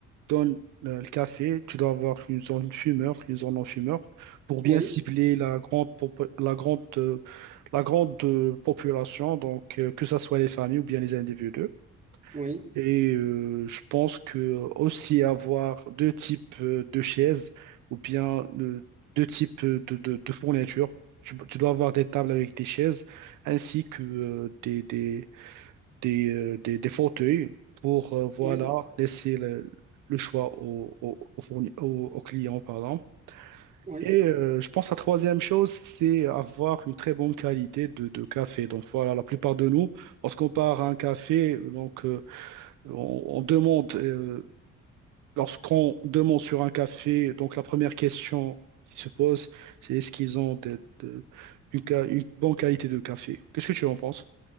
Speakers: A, on the right; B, on the right.
A: donnes euh, le café, tu dois avoir une zone fumeur, une zone non-fumeur, pour bien
B: oui,
A: cibler la grande, popu- la grande, euh, la grande euh, population, donc euh, que ce soit les familles ou bien les individus.
B: oui,
A: Et euh, je pense que aussi avoir deux types euh, de chaises ou bien euh, deux types de, de, de fournitures. Tu, tu dois avoir des tables avec des chaises ainsi que euh, des, des, des, euh, des- des fauteuils pour euh, voilà,
B: oui,
A: laisser le, le choix au, au, au fourni- au- au client, pardon.
B: oui.
A: Et euh, je pense la troisième chose, c'est avoir une très bonne qualité de, de café. Donc voilà, la plupart de nous, lorsqu'on part à un café, donc euh, on, on demande, euh, lorsqu'on demande sur un café, donc la première question qui se pose, c'est est-ce qu'ils ont de- de- une, ca- une bonne qualité de café? Qu'est-ce que tu en penses?